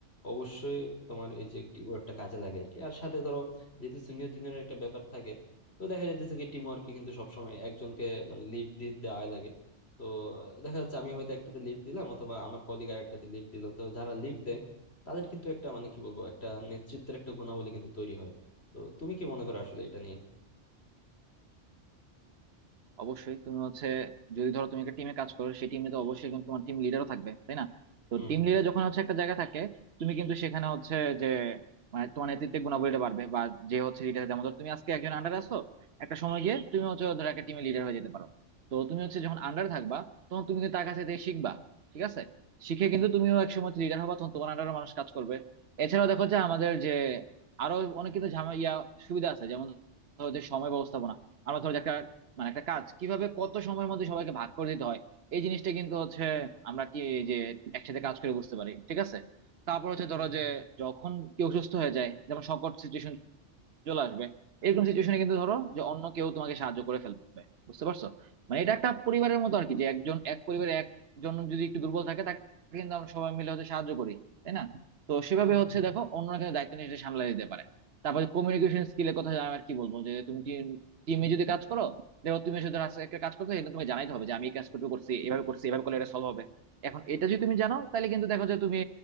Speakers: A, on the left; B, on the right.
A: অবশ্যই তোমার এই যে টিম ওয়ার্কটা কাজে লাগে আর কি আর সাথে ধরো যেহেতু সিনিয়র জুনিয়রের একটা ব্যাপার থাকে তো দেখা যাইতেছে কি টিম ওয়ার্কে কিন্তু সবসময় একজনকে মানে লিড দিয়ে দেওয়াই লাগে তো আহ, দেখা যাচ্ছে আমি হয়তো একটাতে লিড দিলাম অথবা আমার কলিগ আর একটাতে লিড দিল তো যারা লিড দেয় তাদের কিন্তু একটা মানে কি বলবো একটা নেতৃত্বের একটা গুণাবলী কিন্তু তৈরি হয় তো তুমি কি মনে করো আসলে এটা নিয়ে
B: অবশ্যই তুমি হচ্ছে যদি ধরো তুমি একটা টিমে কাজ করো সেই টিমে তো অবশ্যই কিন্তু তোমার টিম লিডারও থাকবে তাই না তো
A: হুম
B: টিম
A: হুম
B: লিডার যখন হচ্ছে একটা জায়গায় থাকে তুমি কিন্তু সেখানে হচ্ছে যে মানে তোমার নেতৃত্বের গুণাবলীটা বাড়বে বা যে হচ্ছে লিডার যেমন ধরো তুমি আজকে একজন আন্ডার আছো একটা সময় গিয়ে তুমি হচ্ছে ধরো একটা টিমে লিডার হয়ে যেতে পারো তো তুমি হচ্ছে যখন আন্ডার থাকবা তখন তুমি কিন্তু তার কাছে থেকে শিখবা ঠিক আছে শিখে কিন্তু তুমিও এক সময় লিডার হবা তখন তোমার আন্ডারও মানুষ কাজ করবে এছাড়াও দেখো যে আমাদের যে আরো অনেক কিন্তু ঝামেলা ইয়া সুবিধা আছে যেমন ধরো যে সময় ব্যবস্থাপনা আমরা ধরো যে একটা মানে একটা কাজ কিভাবে কত সময়ের মধ্যে সবাইকে ভাগ করে দিতে হয় এই জিনিসটা কিন্তু হচ্ছে আমরা কি এই যে একসাথে কাজ করে বুঝতে পারি ঠিক আছে তারপর হচ্ছে
A: হুম
B: ধরো
A: হুম
B: যে যখন কেউ সুস্থ হয়ে যায় যেমন সংকট সিচুয়েশন চলে আসবে এরকম সিচুয়েশনে কিন্তু ধরো যে অন্য কেউ তোমাকে সাহায্য করে ফেলবে বুঝতে পারছো মানে এটা একটা পরিবারের মতো আর কি যে একজন এক পরিবারে একজন যদি একটু দুর্বল থাকে তাকে কিন্তু আমরা সবাই মিলে হচ্ছে সাহায্য করি তাই না তো সেভাবে
A: হুম
B: হচ্ছে
A: হুম।
B: দেখো অন্যরা কিন্তু দায়িত্ব নিয়ে সেটা সামলাই দিতে পারে তারপরে কমিউনিকেশন স্কিলের কথা আমি আর কি বলবো যে তুমি টিমে যদি কাজ করো দেখো তুমি এসে ধরো আজকে একটা কাজ করতে কিন্তু তোমাকে জানাইতে হবে যে আমি এই কাজটুকু করছি এভাবে করছি এভাবে করলে এটা সলভ হবে এখন এটা যদি তুমি জানো তাহলে কিন্তু দেখো যে তুমি